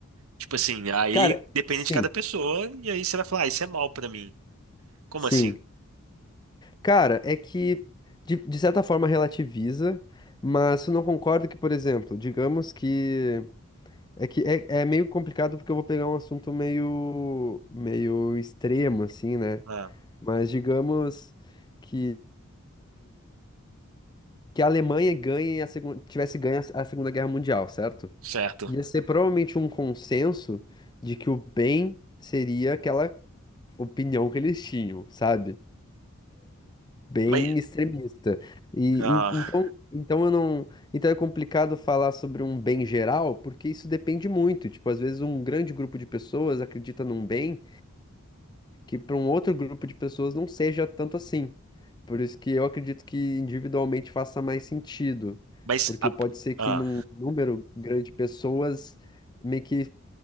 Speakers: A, on the right; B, on the left.
A: Tipo assim, aí
B: Cara,
A: depende
B: sim,
A: de cada pessoa e aí você vai falar, ah, isso é mal pra mim. Como
B: sim.
A: assim?
B: Cara, é que de, de certa forma relativiza, mas eu não concordo que, por exemplo, digamos que é que é, é meio complicado porque eu vou pegar um assunto meio meio extremo assim, né?
A: Ah,
B: Mas digamos que, que a Alemanha ganhe a segunda, tivesse ganho a a Segunda Guerra Mundial, certo?
A: certo.
B: Ia ser provavelmente um consenso de que o bem seria aquela opinião que eles tinham, sabe? Bem
A: Mas,
B: extremista. E,
A: ah,
B: e- então, então eu não, então é complicado falar sobre um bem geral, porque isso depende muito. Tipo, às vezes um grande grupo de pessoas acredita num bem que para um outro grupo de pessoas não seja tanto assim. Por isso que eu acredito que individualmente faça mais sentido,
A: mas
B: porque
A: a-
B: pode ser que
A: ah,
B: num número grande de pessoas meio que